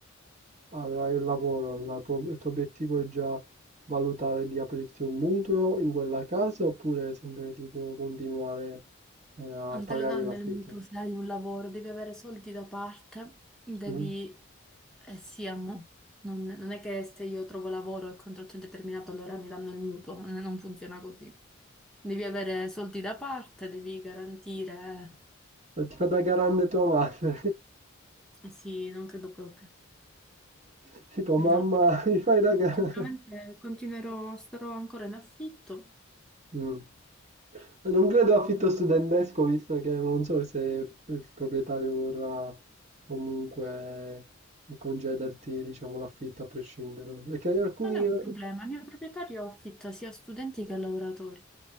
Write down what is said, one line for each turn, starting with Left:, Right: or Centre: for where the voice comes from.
Right: avrai un lavoro, la tua- il tuo obiettivo è già valutare di aprirti un mutuo in quella casa oppure sempre tipo continuare eh, a
Centre: Non
Right: pagare
Centre: te lo danno
Right: l'affitto?
Centre: il mutuo se hai un lavoro, devi avere soldi da parte, devi...
Right: Mm?
Centre: Eh sì, amo. Non, non è che se io trovo lavoro e contratto indeterminato allora mi danno il mutuo, N- non funziona così. Devi avere soldi da parte, devi garantire...
Right: E Ti fa da garante tua madre,
Centre: eh Sì, non credo proprio.
Right: <laughs> tipo
Centre: No.
Right: mamma, mi fai da garante.
Centre: Sicuramente
Right: <laughs>
Centre: continuerò, starò ancora in affitto.
Right: Mm. Non credo affitto studentesco, visto che non so se il proprietario vorrà comunque concederti, diciamo, l'affitto a prescindere. Perché alcuni...
Centre: Non è un
Right: Ho
Centre: problema, il mio proprietario affitta sia a studenti che a lavoratori.